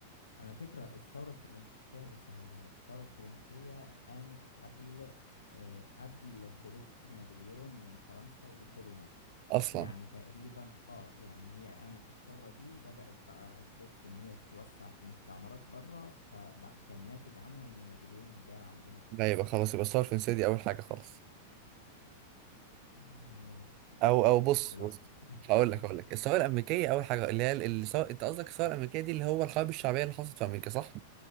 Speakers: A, on the left; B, on the right.
A: على فكرة الثورة الفرنسية عايز أسهلها لك الثورة الفرنسية قامت قبل آه، قبل خروج نابليون من فرنسا ودخوله مصر
B: أصلا
A: يعني تقريبا اه يعني هي قامت الثورة دي وبدأت بقى تبص إن هي تتوسع في مستعمرات بره فكان ناتج عنها إن نابليون جه عندنا مصر
B: لا يبقى خلاص يبقى الثورة الفرنسية دي أول حاجة خالص
A: مم. آه،
B: أو أو بص
A: ماليش علاقة
B: بص
A: <laughs>
B: هقول لك هقول لك الثورة الأمريكية أول حاجة اللي هي الثورة أنت قصدك الثورة الأمريكية دي اللي هو الحرب الشعبية اللي حصلت في أمريكا صح؟